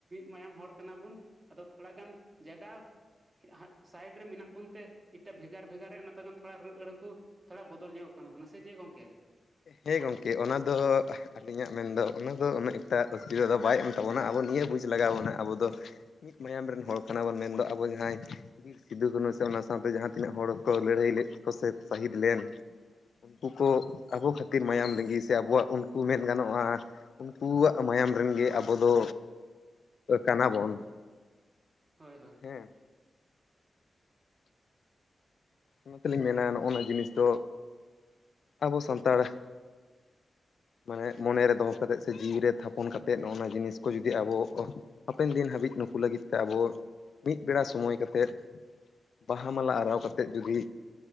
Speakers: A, on the right (about 35°); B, on the left (about 70°).
A: ᱢᱟᱭᱟᱢ ᱦᱚᱲ ᱠᱟᱱᱟ ᱵᱩᱱ ᱟᱫᱚ ᱛᱷᱚᱲᱟ ᱜᱟᱱ ᱡᱟᱜᱟᱣ ᱠᱤ ᱦᱟᱸᱜ ᱥᱟᱭᱤᱰ ᱨᱮ ᱢᱮᱱᱟᱜ ᱵᱩᱱ ᱛᱮ ᱮᱴᱟᱜ ᱵᱷᱮᱜᱟᱨ ᱵᱷᱮᱜᱟᱨ ᱨᱮ ᱱᱚᱛᱮ ᱜᱟᱱ ᱛᱷᱚᱲᱟ ᱨᱟᱹᱲ ᱟᱹᱲᱟᱹ ᱠᱩ ᱛᱷᱚᱲᱟ ᱵᱚᱫᱚᱞ ᱧᱚᱜ ᱠᱟᱱᱟ ᱵᱚᱱ ᱥᱮ ᱪᱮᱫ ᱜᱚᱝᱠᱮ?
B: ᱦᱮᱸ ᱜᱚᱢᱠᱮ, ᱚᱱᱟ ᱫᱚ ᱟᱹᱞᱤᱧᱟᱜ ᱢᱮᱱᱫᱚ ᱚᱱᱟ ᱫᱚ ᱩᱱᱟᱹᱜ ᱮᱠᱴᱟ ᱚᱥᱩᱵᱤᱫᱟ ᱫᱚ ᱵᱟᱭ ᱮᱢ ᱛᱟᱵᱚᱱᱟ ᱟᱵᱚ ᱱᱤᱭᱟᱹ ᱵᱩᱡᱽ ᱞᱟᱜᱟᱣ ᱵᱚᱱᱟ ᱟᱵᱚ ᱫᱚ ᱢᱤᱫ ᱢᱟᱭᱟᱢ ᱨᱮᱱ ᱦᱚᱲ ᱠᱟᱱᱟ ᱵᱚᱱ, ᱢᱮᱱᱫᱚ ᱟᱵᱚ ᱡᱟᱦᱟᱸᱭ ᱵᱤᱨ ᱥᱤᱫᱩᱼ ᱠᱟᱹᱱᱦᱩ ᱥᱮ ᱚᱱᱟ ᱥᱟᱶᱛᱮ ᱡᱟᱦᱟᱸ ᱛᱤᱱᱟᱹᱜ ᱦᱚᱲ ᱠᱚ ᱞᱟᱹᱲᱦᱟᱹᱭ ᱞᱮᱫ ᱠᱚ ᱥᱮ ᱥᱟᱹᱦᱤᱫ ᱞᱮᱱ ᱩᱱᱠᱩ ᱠᱚ ᱟᱵᱚ ᱠᱷᱟᱹᱛᱤᱨ ᱢᱟᱭᱟᱢ ᱞᱤᱜᱤ ᱥᱮ ᱟᱵᱚᱣᱟᱜ ᱩᱱᱠᱩ ᱢᱮᱱ ᱜᱟᱱᱚᱜᱼᱟ ᱩᱱᱠᱩᱣᱟᱜ ᱢᱟᱭᱟᱢ ᱨᱮᱱ ᱜᱮ ᱟᱵᱚ ᱫᱚ ᱠᱟᱱᱟ ᱵᱚᱱ᱾
A: ᱦᱳᱭ ᱦᱳᱭ᱾
B: ᱦᱮᱸ ᱚᱱᱟ ᱛᱮᱞᱤᱧ ᱢᱮᱱᱟ, ᱱᱚᱣᱟ ᱡᱤᱱᱤᱥ ᱫᱚ ᱟᱵᱚ ᱥᱟᱱᱛᱟᱲ ᱢᱟᱱᱮ ᱢᱚᱱᱮ ᱨᱮ ᱫᱚᱦᱚ ᱠᱟᱛᱮᱫ ᱥᱮ ᱡᱤᱣᱤ ᱨᱮ ᱛᱷᱟᱯᱚᱱ ᱠᱟᱛᱮᱫ ᱱᱚᱜᱼᱚᱭ ᱱᱟ ᱡᱤᱱᱤᱥ ᱠᱚ ᱡᱩᱫᱤ ᱟᱵᱚ ᱦᱟᱯᱮᱱ ᱫᱤᱱ ᱦᱟᱹᱵᱤᱡ ᱱᱩᱠᱩ ᱞᱟᱹᱜᱤᱫ ᱛᱮ ᱟᱵᱚ ᱢᱤᱫ ᱵᱮᱲᱟ ᱥᱚᱢᱚᱭ ᱠᱟᱛᱮᱫ, ᱵᱟᱦᱟ ᱢᱟᱞᱟ ᱟᱨᱟᱣ ᱠᱟᱛᱮ, ᱡᱩᱫᱤ